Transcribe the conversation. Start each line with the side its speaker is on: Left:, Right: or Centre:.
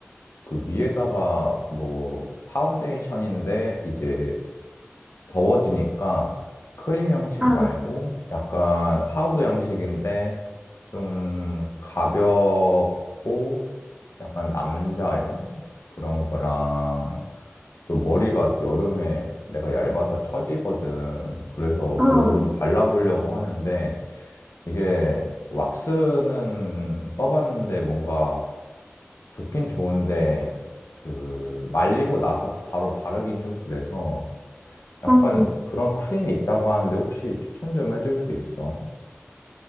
Left: 그 위에다가 뭐 파운데이션인데 이제 더워지니까 크림 형식
Right: 아,
Left: 말고 약간 파우더 형식인데 좀 가볍고 약간 남자용 그런 거랑 또 머리가 또 여름에 내가 얇아서 처지거든. 그래서
Right: 어,
Left: 뭐를 좀 발라보려고 하는데 이게 왁스는 써봤는데 뭔가 좋긴 좋은데 그 말리고 나서 바로 바르긴 좀 그래서 약간
Right: 음,
Left: 그런 크림이 있다고 하는데 혹시 추천 좀 해줄 수 있어?